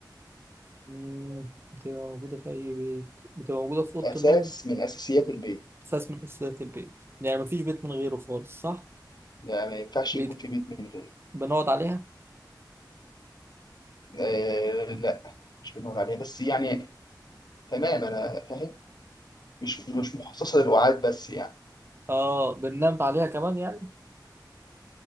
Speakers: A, on the right (about 30°); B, on the left (about 60°).
A: مم، بتبقى موجودة في أي بيت بتبقى موجودة في أوضة
B: اساس
A: النوم
B: من اساسيات البيت
A: أساس من أساسيات البيت يعني مفيش بيت من غيره خالص صح؟
B: يعني ما ينفعش
A: بيت
B: يكون في بيت من غير
A: بنقعد عليها
B: آه لا مش بنقعد عليه بس يعني تمام انا فاهم مش مش مخصصه للوعاد بس يعني
A: آه بننام عليها كمان يعني